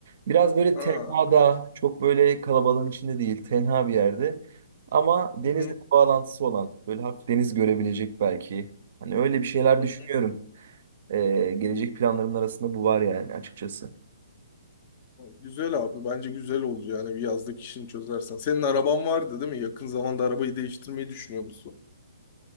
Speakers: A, on the right; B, on the left.
A: Biraz böyle
B: ha.
A: tenhada çok böyle kalabalığın içinde değil tenha bir yerde ama denizle
B: Hı hı.
A: bir bağlantısı olan böyle hafif deniz görebilecek belki. Hani öyle bir şeyler
B: Hı.
A: düşünüyorum. Ee, gelecek planlarımın arasında bu var yani açıkçası.
B: Güzel abi. Bence güzel olur yani bir yazlık işini çözersen. Senin araban vardı değil mi? Yakın zamanda arabayı değiştirmeyi düşünüyor musun?